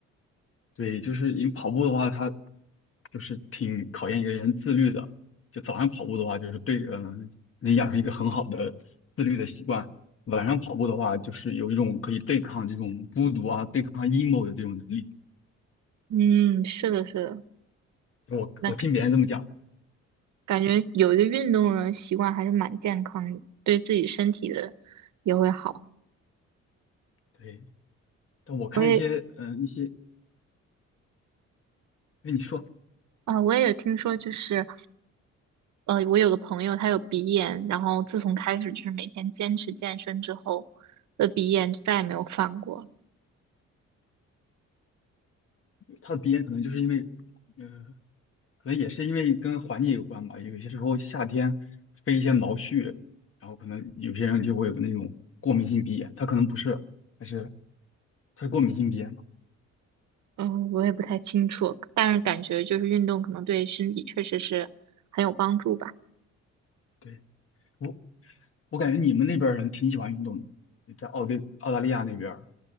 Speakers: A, on the left; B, on the right.
A: 对，就是因为跑步的话，它就是挺考验一个人自律的。就早上跑步的话，就是对，嗯、能养成一个很好的自律的习惯。晚上跑步的话，就是有一种可以对抗这种孤独啊、对抗 emo 的这种能力。
B: 嗯，是的，是的，
A: 我我听别人这么讲的
B: 那感感觉有一个运动的习惯还是蛮健康的，对自己身体的也会好。
A: 对。但我看一些，
B: 我也
A: 嗯、一些，因为你说
B: 啊、我也有听说，就是呃，我有个朋友他有鼻炎，然后自从开始就是每天坚持健身之后，的鼻炎就再也没有犯过。
A: 他的鼻炎可能就是因为，呃，可能也是因为跟环境有关吧。有些时候夏天飞一些毛絮，然后可能有些人就会有那种过敏性鼻炎，他可能不是，但是他是过敏性鼻炎嘛。
B: 嗯，我也不太清楚，但是感觉就是运动可能对身体确实是很有帮助吧。
A: 对，我我感觉你们那边儿人挺喜欢运动的，在澳大澳大利亚那边儿